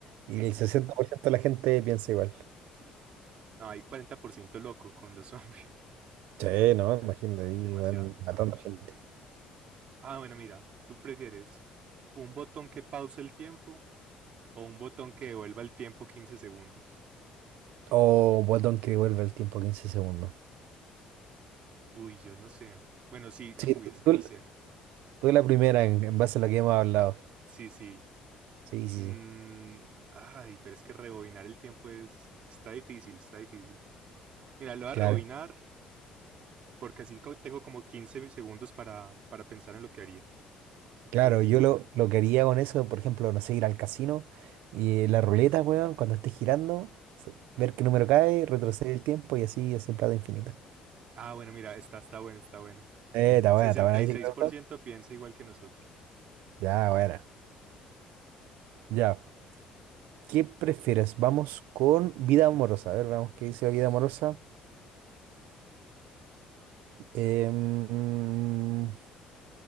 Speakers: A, on the right (about 85°); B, on the right (about 40°).
A: Y
B: sí, sí,
A: el 60% de la gente piensa igual.
B: sí. No, hay un 40% loco con los <laughs> zombies.
A: Sí, no, imagínate,
B: <laughs>
A: ahí
B: Demasiado.
A: van matando gente.
B: Ah, bueno, mira, ¿tú prefieres un botón que pause el tiempo o un botón que devuelva el tiempo 15 segundos?
A: O un botón que devuelve el tiempo 15 segundos.
B: Uy, yo no sé. Bueno, sí, uy,
A: Sí, tú,
B: es que
A: tú-
B: no sé.
A: tú la primera en, en base a lo que hemos hablado.
B: Sí, sí.
A: Sí, sí,
B: Mm,
A: sí.
B: ay, pero es que rebobinar el tiempo es... está difícil, está difícil. Mira, lo voy a
A: Claro.
B: rebobinar porque así co- tengo como 15 segundos para, para pensar en lo que haría. Entonces,
A: Claro, yo lo, lo que haría con eso, por ejemplo, no sé, ir al casino y la ruleta, weón, cuando esté girando, s- ver qué número cae, retroceder el tiempo y así es en plata infinita.
B: ah, bueno, mira, está, está bueno, está bueno.
A: Eh, está
B: sesenta
A: buena, está buena,
B: y
A: ¿viste
B: seis
A: que me
B: por
A: gustó?
B: ciento piensa igual que nosotros.
A: Ya, buena. Ya. ¿Qué prefieres? Vamos con vida amorosa. A ver, veamos qué dice la vida amorosa. Em,